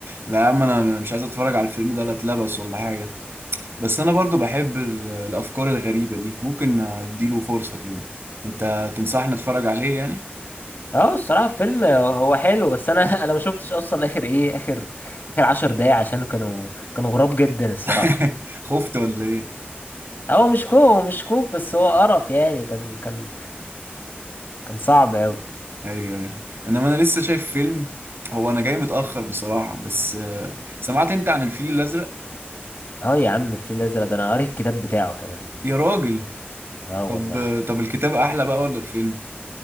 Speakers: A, on the right; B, on the left.
A: لا يا عم انا أنا مش عايز اتفرج على الفيلم ده لا اتلبس ولا حاجه بس انا برضو بحب ال- الافكار الغريبه دي ممكن اديله فرصه كده انت تنصحني اتفرج عليه يعني
B: اه الصراحه الفيلم هو حلو بس انا <laughs> انا ما شفتش اصلا اخر ايه اخر اخر عشر دقايق عشان كانوا كانوا غراب جدا الصراحه
A: <laughs> خفت ولا ايه
B: هو مش كوب مش كوب بس هو قرف يعني كان كان كان صعب أوي
A: ايوه ايوه انما انا لسه شايف فيلم هو انا جاي متأخر بصراحة بس آه، سمعت انت عن الفيل الازرق
B: اه يا عم الفيل الأزرق ده أنا قريت الكتاب بتاعه كمان
A: يا راجل
B: اه
A: طب
B: والله
A: طب الكتاب احلى بقى ولا الفيلم